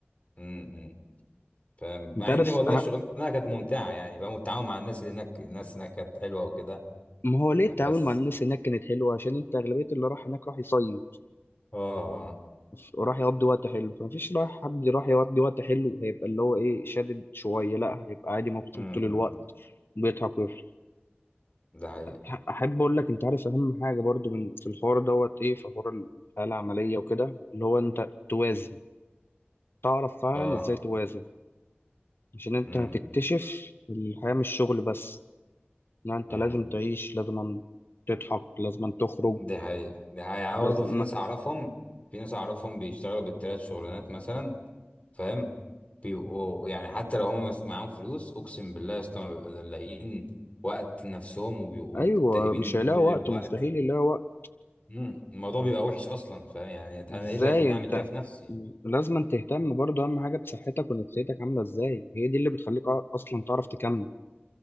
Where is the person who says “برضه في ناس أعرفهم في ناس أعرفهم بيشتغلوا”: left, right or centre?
Left